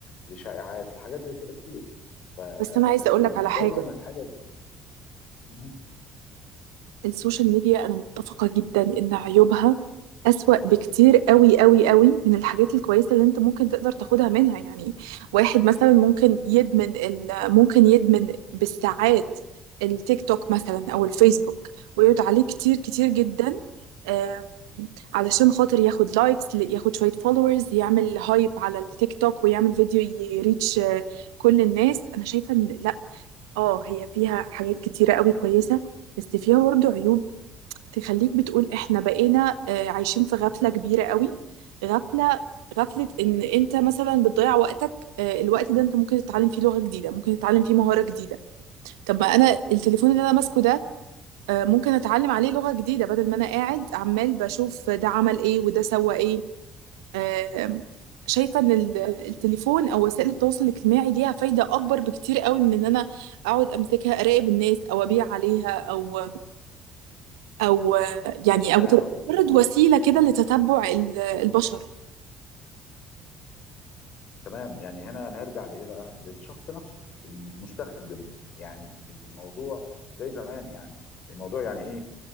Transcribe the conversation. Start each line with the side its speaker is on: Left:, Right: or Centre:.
Left: لشائعات لحاجات زي كده كتير فدايما
Right: بس انا عايزه اقول لك على حاجه
Left: الحاجه مهم.
Right: السوشيال ميديا انا متفقة جدا ان عيوبها اسوأ بكتير قوي قوي قوي من الحاجات الكويسة اللي انت ممكن تقدر تاخدها منها يعني واحد مثلا ممكن يدمن ال... ممكن يدمن بالساعات التيك توك مثلا او الفيسبوك ويقعد عليه كتير كتير جدا آه، علشان خاطر ياخد لايكس ياخد شوية فولورز يعمل هايب على التيك توك ويعمل فيديو يريتش آه، كل الناس انا شايفة ان لا اه هي فيها حاجات كتيرة قوي كويسة بس فيها برضه عيوب تخليك بتقول احنا بقينا آه، عايشين في غفلة كبيرة قوي غفلة غفلة ان انت مثلا بتضيع وقتك آه، الوقت ده انت ممكن تتعلم فيه لغة جديدة ممكن تتعلم فيه مهارة جديدة طب ما انا التليفون اللي انا ماسكه ده آه، ممكن اتعلم عليه لغة جديدة بدل ما انا قاعد عمال بشوف ده عمل ايه وده سوى ايه آه، شايفة ان ال- التليفون او وسائل التواصل الاجتماعي ليها فايدة اكبر بكتير قوي من ان انا اقعد امسكها اراقب الناس او ابيع عليها او او يعني او
Left: فاهم
Right: تبقى
Left: قصدك
Right: مجرد
Left: انا
Right: وسيله كده لتتبع ال- البشر
Left: تمام يعني هنا نرجع لايه بقى للشخص نفسه المستخدم يعني الموضوع زي زمان يعني الموضوع يعني ايه